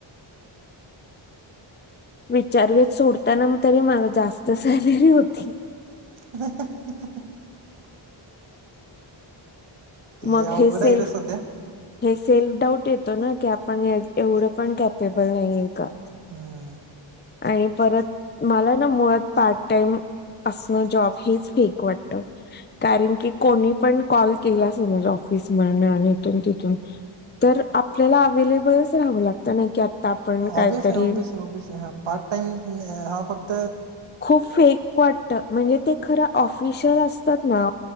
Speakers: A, on the right; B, on the left.
A: <unintelligible>
B: विचारवेेत सोडतानांतरी मला जास्त सॅलरी होती
A: <inaudible>
B: मग
A: लय अवघड
B: हे सेल्फ
A: आहे रे सध्या
B: हे सेल्फ डाऊट येतो ना की आपण एवढं पण कॅपेबल नाहीे का
A: हम्म
B: आणि परत मला ना मुळात पार्ट टाइम असणं जॉब हेच फेक वाटत कारण की कोणी पण कॉल केला अस जॉब ऑफीस मिळण आणि इथून तिथून तर आपल्याला अवेलेबलच राहावं लागत नाही की आपण काहीतरी
A: ओबेस ओबेस <unintelligible>
B: खूप फेक वाटत म्हणजे ते खरं ऑफिशिल असत तात ना